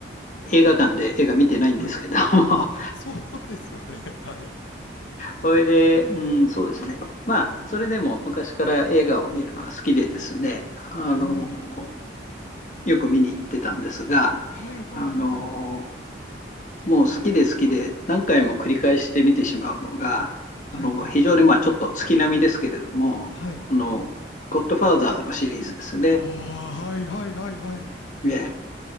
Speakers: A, on the left; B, on the left.
A: 映画館で映画見てないんですけども、
B: はい。
A: <laughs>
B: あ、そうですよね。<laughs> はい。
A: それで、うん、そうですね。まあ、それでも昔から映画を見るのは好きでですね、あの、
B: はい。
A: よく見に行ってたんですが、
B: はいはいはい。
A: あの、もう好きで好きで何回も繰り返して見てしまうのが、
B: はい。はいはいはい。
A: あの非常にまあちょっと月並みですけれども、
B: はい。
A: あの、ゴッドファーザーのシリーズですね。
B: ああ、はいはいはいはい。
A: で